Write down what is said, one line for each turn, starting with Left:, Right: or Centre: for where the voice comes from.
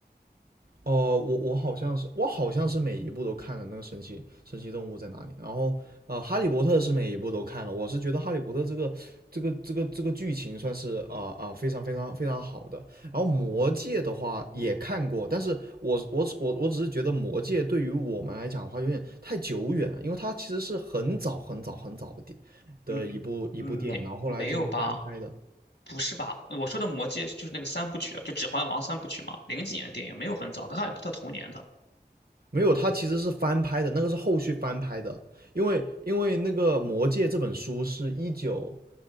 Right: 呃，我我好像是我好像是每一部都看了那个神奇神奇动物在哪里，然后呃，哈利波特是每一部都看了，我是觉得哈利波特这个这个这个这个剧情算是啊啊、呃呃、非常非常非常好的，然后魔戒的话也看过，但是我我我我只是觉得魔戒对于我们来讲的话有点太久远了，因为它其实是很早很早很早的电的一部一部电影，
Left: 嗯嗯，没没有吧？
Right: 然后后来进行翻拍的，
Left: 不是吧？我说的《魔戒》就是那个三部曲啊，就《指环王》三部曲嘛，零几年的电影，没有很早，跟哈利波特同年的。
Right: 没有，它其实是翻拍的，那个是后续翻拍的，因为因为那个《魔戒》这本书是一九，